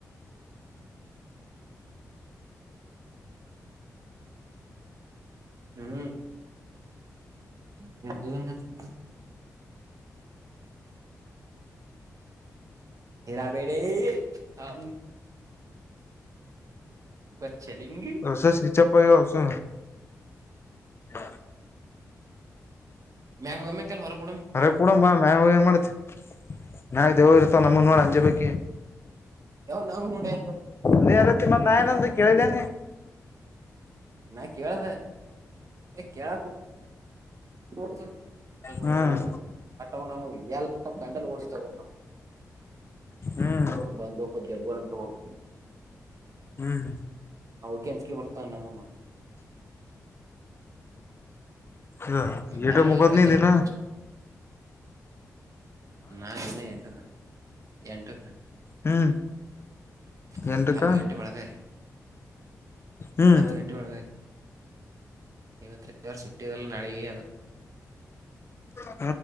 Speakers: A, on the right; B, on the left.
A: ಹ್ಮ್ <unintelligible> ಹರಾಬೇಡಿ ಹ ಪರ್ ಚಲೆಂಗೆ
B: ಹೊಸ ಹಿಚ್ಚ ಪಯ ಹೊ ಹಾ
A: ಮ್ಯಾಗ ಹೋಗಮ್ಮ ಕೆಲ್ ಹೊರಗ ಬಿಡಮ್
B: ಅರೆ ಕೊಡಂಬಾ ಮ್ಯಾಗ ಏನ್ ಮಾಡ್ತ್ತ ನಾಗ ದೇವ ಇರ್ ನಮ್ಮ ಮು ನಡಿ ಹಂಜೆ ಬೇಕಿ
A: ನಾವ್ ನೋಡಿ
B: ನೀ ರತ್ತ ಮತ್ತ ನಯನಂತ ಕೇಳಿಲ್ಲ ನೀ
A: ನಾ ಕೇಳ್ದ ಕೇಳ ಹ ಕು
B: ಹ್ಮ್
A: ನಟ್ ನಾವು ಎ ಗಂಡಲ್ ಓಡತವು ನ
B: ಹ್ಮ್
A: ನರು ಬಂದ ಹಬ ದವ್ವ ಅಂತ ಹೋಗ
B: ಹ್ಮ್
A: ಹ ಕೆ ಅಂಚಿಕೆ ಬರ್ತಾ ನಮ್ಮ
B: ಹ್ಮ್ ಇಟ
A: ಮ್ಯಾಲ
B: ಮುಕತ
A: ಹೋದ್ರ ಕತಿ
B: ನೀ
A: ಹೇಳಕ್
B: ತೀ ನ
A: ನಾನ್ನ ಎಂಟಕ್ಕ ಎಂಟಕ್ಕ
B: ಹ್ಮ್
A: ಹ
B: ಎಂಟಕ್ಕ
A: ಹತ್ತು ಗಂಟೆ ಒಳಗಾಯ
B: ಹ್ಮ್
A: ಹತ್ತು ಗಂಟೆ ಒಳಗ ಇವತ್ ಇವರು ಸುಟ್ಟಿಯದೆಲ್ಲ ನಡೆಯಿ ಅದ
B: ಹ್ಮ